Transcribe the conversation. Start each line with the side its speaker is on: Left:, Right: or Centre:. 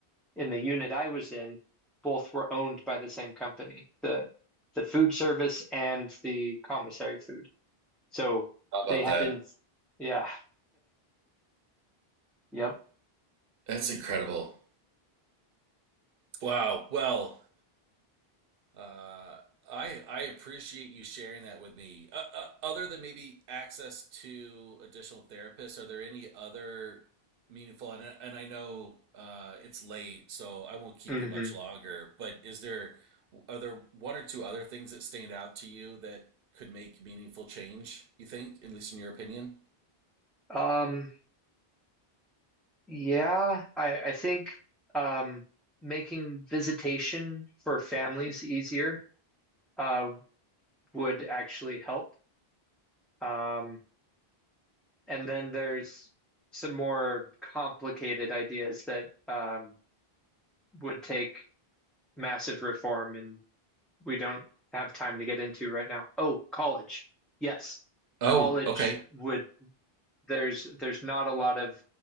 Centre: in the unit I was in, both were owned by the same company, the the food service and the commissary food. So
Right: How about
Centre: they had
Right: that?
Centre: not yeah, <laughs> yep.
Right: That's incredible. Wow. Well, uh, I I appreciate you sharing that with me. Uh, uh, other than maybe access to additional therapists, are there any other meaningful? And and I know uh, it's late, so I won't keep
Centre: hmm
Right: you much longer. But is there are there one or two other things that stand out to you that could make meaningful change? You think, at least in your opinion?
Centre: Um, Yeah, I, I think um, making visitation for families easier uh, would actually help. Um, and then there's some more complicated ideas that um, would take massive reform, and we don't have time to get into right now. Oh, college. Yes,
Right: Oh,
Centre: college
Right: okay.
Centre: would. There's there's not a lot of